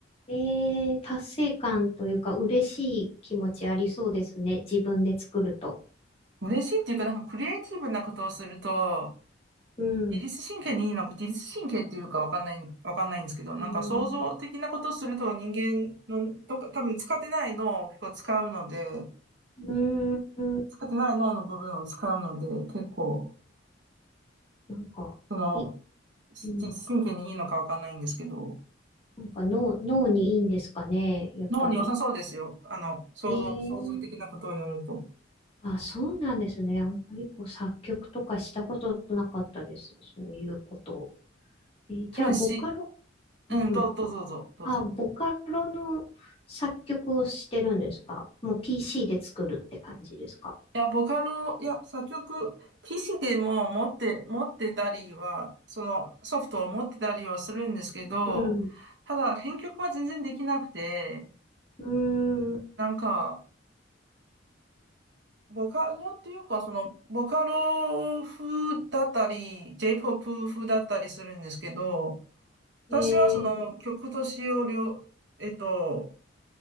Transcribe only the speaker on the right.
嬉しいっていうか、なんかクリエイティブなことをすると、
自律神経にいいのか、自律神経っていうかわかんない、わかんないんですけど、
なんか想像的なことをすると人間の、とか、多分使ってない脳を結構使うので、
使ってない脳の部分を使うので、結構、
その、
し自律神経にいいのかわかんないんですけど、
脳に良さそうですよ。あの、想像、
想像的なことをやると。
多分し、
うん、どうぞ、どうぞ、どうぞ。どうぞ
いや、ボカロ、いや、作曲、PC でも持って、持ってたりは、そのソフトを持ってたりはするんですけど、
ただ、編曲は全然できなくて、
なんか、ボカロっていうか、その、ボカロ風だったり、J-POP 風だったりするんですけど、私はその曲と詞を両、
えっと、